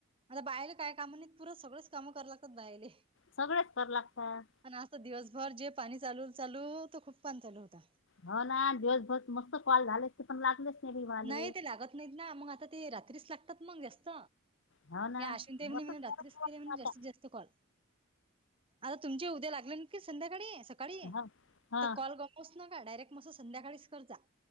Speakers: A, on the right; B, on the left.
A: आता बाहेर काय काम नाहीत पुरं सगळेच कामं करा लागतात बाहेले...
B: सगळेच करू लागतात.....
A: आता दिवसभर जे पाणी चालू चालू खूप पाणी चालू होत...
B: हो ना दिवसभर मस्त कॉल झाले.... पण लागतच नाही... माले.
A: नाही ते लागत नाहीत ना मग आता ते रात्रीच लागतात मग जास्त....
B: हो ना
A: या असून ते म्हणे
B: असंच
A: म्हण रात्रीच
B: करत बसू
A: केले म्हण
B: आता.
A: जास्तीत जास्त कॉल..... आता तुमचे उद्या लागले संध्याकाळी सकाळी
B: हो हा
A: तर कॉल... हो न का डायरेक्ट मस्त संध्याकाळीच कर जा....